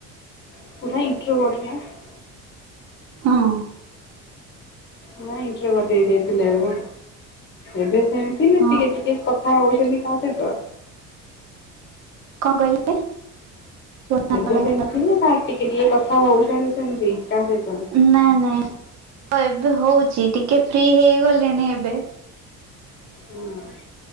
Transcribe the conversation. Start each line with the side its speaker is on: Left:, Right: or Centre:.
Left: <unintelligible>
Right: ହଁ।
Left: ହଁ ଇଣ୍ଟରଭଟ ହେଇ ଯାଇଥିଲେ ଆମେ। ଏବେ ସେମତି
Right: ହଁ
Left: ଟିକେ ଟିକେ କଥା ହଉଛନ୍ତି କାହା ସହିତ
Right: କଣ କହିଲେ? ଶୁଣାଗଲାନି।
Left: ଏବେ ସେମତି ନା କାହା ଟିକେ ଟିକେ କଥା ହଉଛନ୍ତି ସେମତି କାହା ସହିତ?
Right: ନାଇଁ ନାଇଁ, ହଁ ଏବେ ହଉଛି ଟିକେ ଫ୍ରି ହେଇଗଲିଣି ଏବେ।
Left: ହଁ